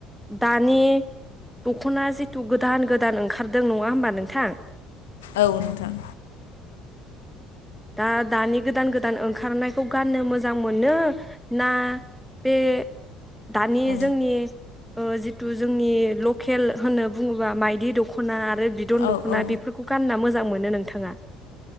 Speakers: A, in the centre; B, on the left.
A: दानि दख'ना जिथु गोदान गोदान ओंखारदों नङा होमबा नोंथां
B: औ नोंथां।
A: दा दानि गोदान गोदान ओंखारनायखौ गाननो मोजां मोनो ना बे दानि
B: औ
A: जोंनि ओ जिथु जोंनि ल खेल होनना बुङोबा मायदि द खना बिदन
B: औ
A: दख'ना
B: औ
A: बेफोरखौ गानना मो जां मोनो नोंथाङा?